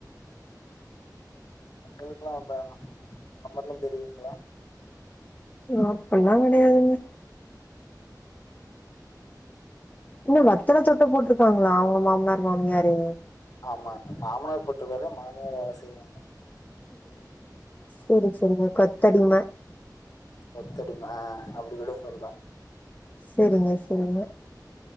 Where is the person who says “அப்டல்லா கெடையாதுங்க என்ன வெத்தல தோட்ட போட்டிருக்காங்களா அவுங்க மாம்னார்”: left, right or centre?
Left